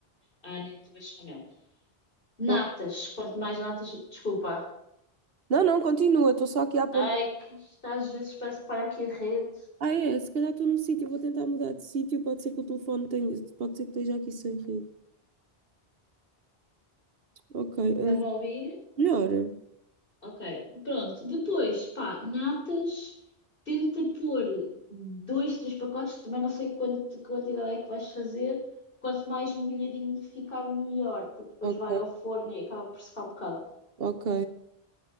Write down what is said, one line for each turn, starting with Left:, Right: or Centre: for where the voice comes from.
Left: Ah, neto bechamel. Natas,
Right: Oh,
Left: quanto mais natas, desculpa.
Right: Não, não, continua, estou só aqui a apontar.
Left: Ai, que isto às vezes parece que falha aqui a rede.
Right: Ah, é? Se calhar estou num sítio, vou tentar mudar de sítio. Pode ser que o telefone tenha. Pode ser que esteja aqui sem rede. Ok. eh,
Left: Estás-me a ouvir?
Right: melhor.
Left: Ok, pronto. Depois, pá, natas, tenta pôr dois, três pacotes, também não sei quanto, quantidade é que vais fazer. Quanto mais molhadinho ficar, melhor, porque depois
Right: Ok,
Left: vai ao forno e acaba por secar um bocado.
Right: ok.